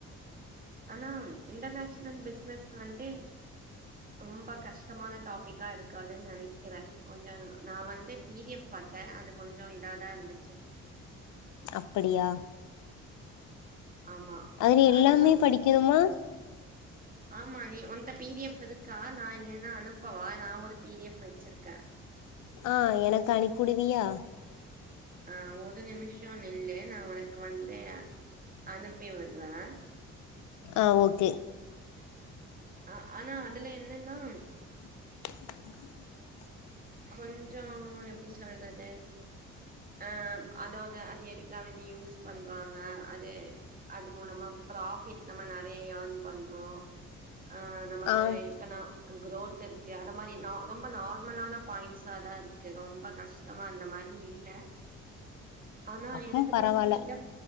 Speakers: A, on the right (about 30°); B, on the left (about 75°).
A: ஆனா இன்டர்நேஷ்னல் பிஸ்னஸ் வந்து ரொம்ப கஷ்டமான டாபிக்கா இருக்காதுன் நெனைக்கிறே கொஞ்சு நா வந்து பி டி எஃப் பா த்தே அது கொஞ்சு இத தா இர்ந்துச்சு
B: அப்படியா
A: ஆமா
B: அதுல எல்லாமே
A: அது வந்
B: படிக்கெணுமா
A: ஆமா நீ உன்ட பி டி எஃப் இருக்கா நா இல்லேன்னா அனுப்பவா நா ஒரு பி டி எஃப் வெச்சிருக்கே
B: ஆ எனக் அனிப்புடுவியா
A: ஆ ஒரு நிமிஷோ நில்லு நா உனக்கு வந்து அனுப்பி விட்றே
B: ஆ ஓகே
A: அ ஆனா அதுல என்னன்னா
B: <inaudible>
A: கொஞ்சோ எப்டி சொல்றது அ அதாவது அது எதுக்காவ் வேண்டி யூஸ் பண்றாங்க அது அது மூலமா ப்ராஃபிட் நம்ம நெறைய யேன் பன் மு அ நமக்கு
B: ஆம்
A: எக்கனா குரோத் இருக்கு அத மாரி நா கம் நார்மலான பாய்ண்ட்ஸா தா இருக்கு ரொம்ப கஷ்ட மா அந்த மாரி இல்ல ஆனா
B: அப்பம்
A: எனக்கு
B: பரவால்ல
A: தெரிஞ்சி இத